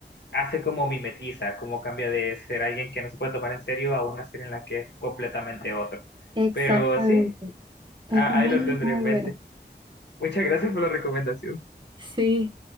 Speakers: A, on the left; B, on the right.
A: hace como mimetiza, como cambia de ser alguien que no se puede tomar en serio a una serie en la que es completamente otro.
B: Exactamente.
A: Pero sí,
B: Es
A: a-
B: muy,
A: ahí lo tendré
B: muy
A: en mente.
B: bueno.
A: Muchas gracias por la recomendación.
B: Sí.